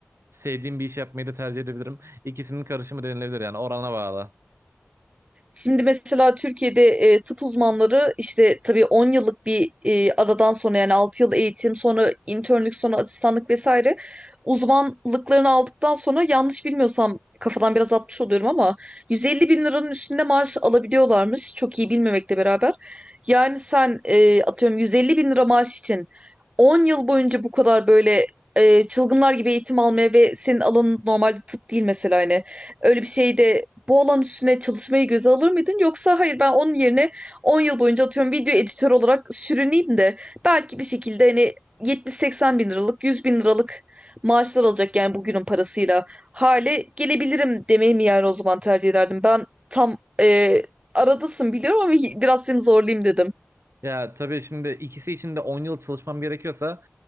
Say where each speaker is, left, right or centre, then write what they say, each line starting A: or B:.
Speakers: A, on the right; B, on the right.
A: sevdiğim bir iş yapmayı da tercih edebilirim. İkisinin karışımı denilebilir yani orana bağlı.
B: Şimdi mesela Türkiye'de e, tıp uzmanları işte tabii 10 yıllık bir e, aradan sonra yani 6 yıl eğitim sonra internlük sonra asistanlık vesaire uzmanlıklarını aldıktan sonra yanlış bilmiyorsam kafadan biraz atmış oluyorum ama 150 bin liranın üstünde maaş alabiliyorlarmış çok iyi bilmemekle beraber. Yani sen e, atıyorum 150 bin lira maaş için 10 yıl boyunca bu kadar böyle e, çılgınlar gibi eğitim almaya ve senin alanın normalde tıp değil mesela hani Öyle bir şeyde bu alan üstüne çalışmayı göze alır mıydın? Yoksa hayır ben onun yerine 10 yıl boyunca atıyorum video editör olarak sürüneyim de belki bir şekilde hani 70-80 bin liralık, 100 bin liralık maaşlar alacak yani bugünün parasıyla hale gelebilirim demeyi mi yani o zaman tercih ederdim. Ben tam e, aradasın biliyorum ama biraz seni zorlayayım dedim.
A: Ya tabii şimdi ikisi için de 10 yıl çalışmam gerekiyorsa